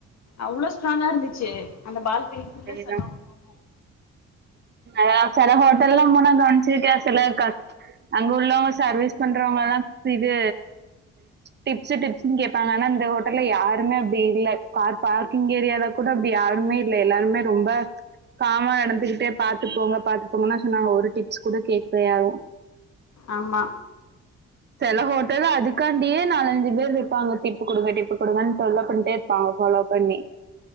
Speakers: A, on the left; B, on the right.
A: அவ்வளோ ஸ்ட்ராங்கா இருந்துச்சு அந்த பாலனி கைக்குள்ள
B: அதேதான்.
A: செல்லாம் ஒண்ணனும்
B: ந சில ஹோட்டல்லலாம் போனா கணச்சு கேசல க அங்க உள்ளவங்க சர்வீஸ் பண்றவங்கல்லாம் இது டிப்ஸ்ு டிப்ு கேப்பாங்க ஆனா இந்த ஹோட்டல்ல யாருமே அப்படி இல்லலை கார் பார்கிங் ஏரியாவ கூட அப்படி யாருமே இல் எல்லார ரொம்ப காம நடந்துகிட்டே பாத்துட்டுப்போங்க பாத்துட்டு போோங்கன்னா சொன்னாங்க ஒரு டிப்ஸ் கூட கேட்கயும்
A: ஆமா
B: செல ஹோட்டல்ல அதுக்காண்டியே நாலஞ்சு பேர் இருப்பாங்க டிப்பு குடுங்க டிப்பு குடுங்கன் தொல்ல பண்ட்டே இருப்பாங்க ஃபாலோ பண்ணி